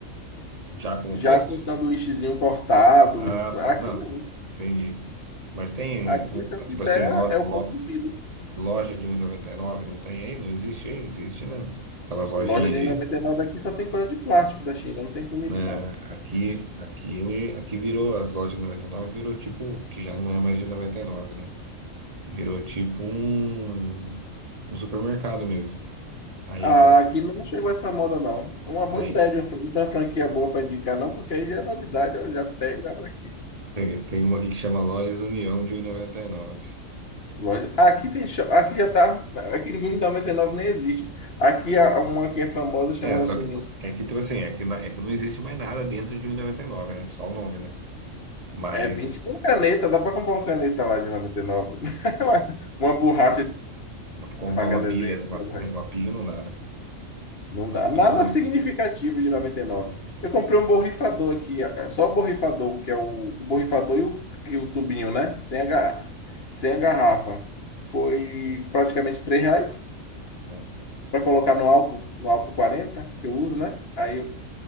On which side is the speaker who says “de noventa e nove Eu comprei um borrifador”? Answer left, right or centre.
Left